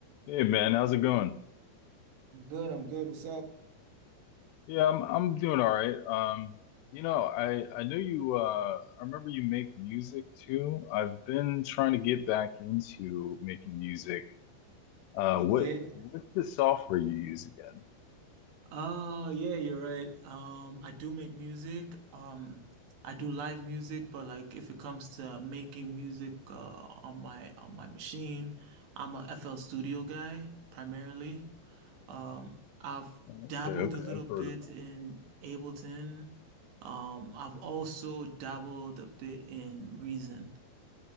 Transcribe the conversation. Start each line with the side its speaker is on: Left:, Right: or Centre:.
Left: Hey man, how's it going?
Right: Good, I'm good. What's up?
Left: Yeah, I'm I'm doing all right. Um, you know, I I know you uh I remember you make music too. I've been trying to get back into making music. Uh
Right: Yeah.
Left: what what's the software you use again?
Right: Oh, yeah, you're right. Um, I do make music. Um, I do live music, but like if it comes to making music uh on my on my machine, I'm a FL Studio guy primarily. Um, I've
Left: Okay,
Right: dabbled
Left: okay,
Right: a little
Left: I've
Right: bit
Left: heard of that.
Right: in Ableton. Um, I've also dabbled a bit in Reason.